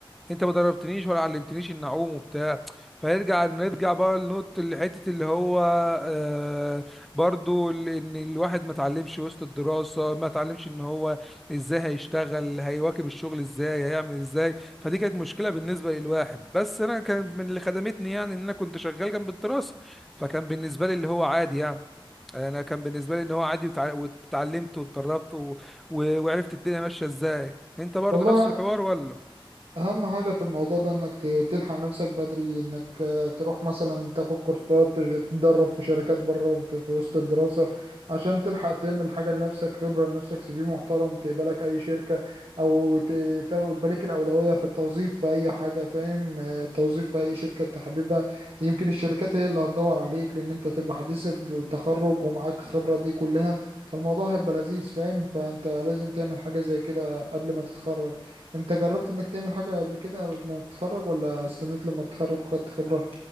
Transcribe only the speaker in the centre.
انت ما دربتنيش ولا علمتنيش ان اعوم وبتاع فيرجع نرجع بقى لنقطة الحتة اللي هو آه برضو ال- ان الواحد ما اتعلمش وسط الدراسة ما اتعلمش ان هو ازاي هيشتغل هيواكب الشغل ازاي هيعمل ازاي فدي كانت مشكلة بالنسبة للواحد بس انا كان من اللي خدمتني يعني ان انا كنت شغال جنب الدراسة فكان بالنسبة لي اللي هو عادي يعني انا كان بالنسبة لي ان هو عادي وتع- واتعلمت واتدربت و- و- وعرفت الدنيا ماشية ازاي انت برضو
نفس الحوار ولا